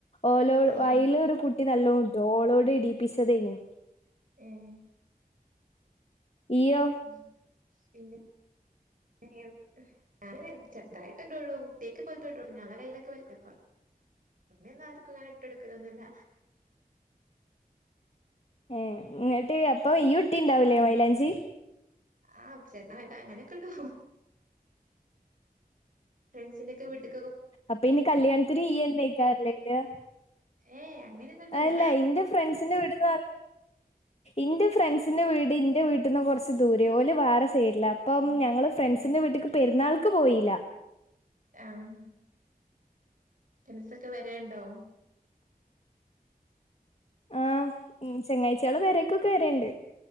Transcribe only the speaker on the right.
ആഹ്
ഏ ഹ്
ഉം പിന്നെ <unintelligible> ഞാന് ചെറുതായിട്ടൊക്കെള്ളൂ, തേക്ക് കൊയുത്തു ട്ടു പിന്നെ അവളെ കയ്യിലൊക്കെ വരിക്കപ്പറം അമ്മയൊന്നു ആർക്കും അങ്ങനെ ട്ടു കൊടുക്കലൊന്നുല്ല
ആ ചെറുതായിട്ടങ്ങനെക്കെ ഇടു ഫ്രണ്ട്സിന്റെക്കെ വീട്ടിൽ
ഏഹ് അങ്ങനെയൊന്നും ഇടൂല
ഉം
ഏഹ്
ആഹ് പെൻസൊക്കെ വരേണ് ഉണ്ടോ